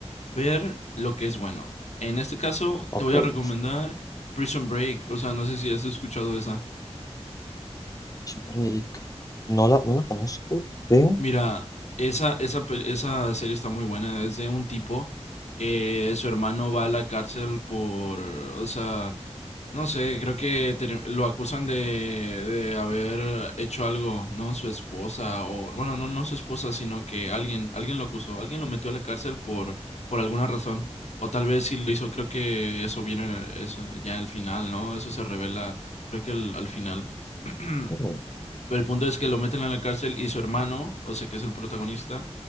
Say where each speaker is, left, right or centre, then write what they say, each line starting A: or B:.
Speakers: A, on the left (about 75°); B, on the left (about 30°).
A: ver lo que es bueno. En este caso,
B: ok.
A: te voy a recomendar Prison Break. O sea, no sé si has escuchado de esa.
B: Prison Break. No la, no la conozco, creo.
A: Mira, esa, esa, pel- esa serie está muy buena. Es de un tipo que su hermano va a la cárcel por, o sea, no sé, creo que ter- lo acusan de, de haber hecho algo, ¿no? Su esposa, o bueno, no, no su esposa, sino que alguien, alguien lo acusó, alguien lo metió a la cárcel por, por alguna razón. O tal vez si lo hizo, creo que eso viene eso, ya al final, ¿no? Eso se revela, creo que al al final. <clears throat>
B: Mm.
A: Pero el punto es que lo meten en la cárcel y su hermano, o sea, que es el protagonista,